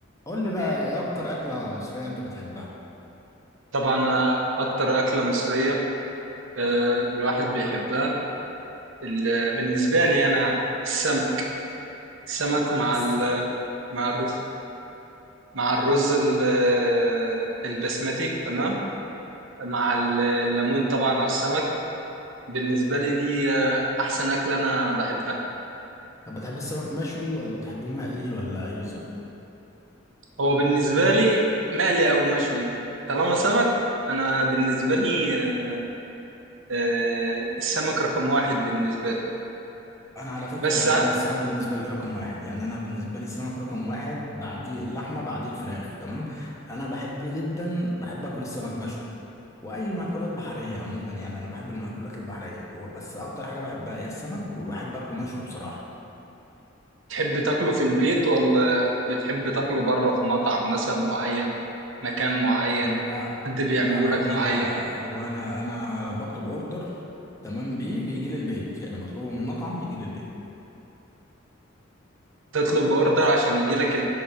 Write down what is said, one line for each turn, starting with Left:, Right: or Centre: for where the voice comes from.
Left: قول لي بقى ايه اكتر اكله مصريه انت بتحبها
Right: طبعا آه، أكتر أكلة مصرية آه، الواحد بيحبها ال- بالنسبة لي أنا يعني السمك السمك مع
Left: الس...
Right: ال مع الرز مع الرز ال- آه، البسمتي تمام مع ال- الليمون طبعا على السمك بالنسبة لي دي آه، أحسن أكلة أنا بحبها
Left: طب بتحب السمك مشوي ولا بتحبه مقلي ولا ايه بالظبط
Right: هو بالنسبة لي
Left: <laughs>
Right: مقلي أو مشوي طالما سمك أنا بالنسبة لي آه، آه، السمك رقم واحد بالنسبة لي
Left: انا على فكره
Right: بس
Left: انا كمان السمك بالنسبه لي رقم واحد يعني انا بالنسبه لي السمك رقم واحد بعديه اللحمه بعديه الفراخ تمام انا بحب جدا بحب اكل السمك مشوي واي مأكولات بحريه عموما يعني انا بحب المأكولات البحريه و- بس اكتر حاجه بحبها هي السمك وبحب اكله مشوي بصراحه
Right: تحب تاكله في البيت ولا بتحب تاكله بره في مطعم مثلا معين مكان معين
Left: لا
Right: حد بيعمله
Left: لا
Right: لك
Left: هو
Right: معين
Left: انا هو انا انا بطلب اوردر تمام بيه بيجي لي البيت يعني بطلبه من المطعم يجي لي البيت
Right: تطلب اوردر عشان يجي لك